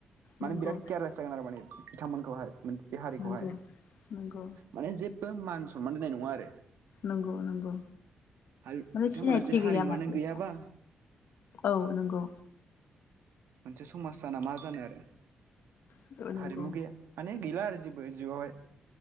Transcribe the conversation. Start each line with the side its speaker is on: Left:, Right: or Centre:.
Right: माने
Left: नंगौ
Right: बिराद कियारलेस जागोन आरो माने बिथांमोनखौहाय मोन बे हारिखौहाय
Left: नंगौ नंगौ
Right: माने जेबो मान सनमान दोननाय नङा आरो।
Left: नंगौ नंगौ
Right: आरो
Left: माने
Right: बिथांमोना
Left: सिनायथि
Right: जुदि हारिमुवानो
Left: गैया मानो बेसा।
Right: गैयाबा
Left: औ नंगौ।
Right: मोनसे समाज जाना मा जानो आरो
Left: औ नंगौ
Right: हारिमु गैया माने गैला आरो जेब बो जिउवावहाय।